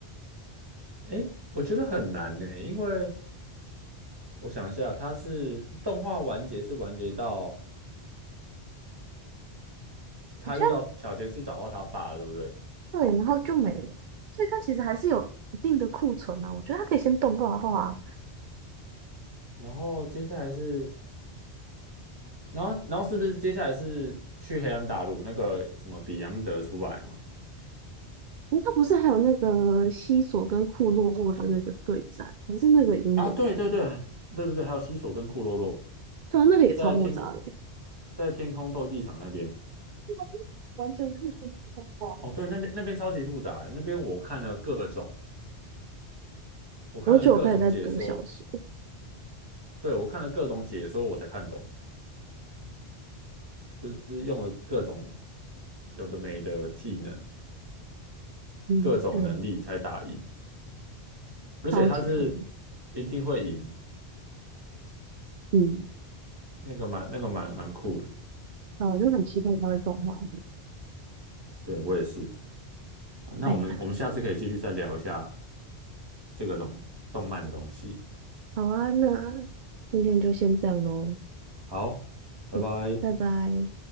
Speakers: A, on the right (about 20°); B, on the right (about 55°).
A: 诶，我觉得很难呢，因为我想一下，他是动画完结是完结到他遇到小杰去找到他爸，
B: 好像
A: 对不对？
B: 对，然后就没了，所以它其实还是有一定的库存啊。我觉得它可以先动画化，
A: 然后接下来是，然后然后是不是接下来是去黑暗大陆那个什么比昂德出来嘛？
B: 诶，它不是还有那个西索跟库洛洛的那个对战，还是那个已经演了？
A: 啊，对对对对对对，还有西索跟库洛洛。
B: 对啊，那个也超复杂的欸。
A: 在天空在天空斗技场那边。
B: <laughs> 完全可以动画化。
A: 哦，对，那边那边超级复杂欸，那边我看了各种，我看了各种解说，
B: 我觉得我开始在读小说，
A: 对，我看了各种解说，我才看懂，就是用了各种有的没的技能，
B: 嗯，
A: 各种能力才打赢，
B: 对，
A: 而且他是
B: 超级疯狂。
A: 一定会赢，
B: 嗯，
A: 那个蛮那个蛮蛮酷的，
B: 那我就很期待它会动画。
A: 对，我也是。啊那我们我们下次可以继续再聊一下
B: 哎呀，
A: 这个东动漫的东西。
B: 好啊，那今天就先这样喽，
A: 好，拜拜。
B: 嗯，拜拜。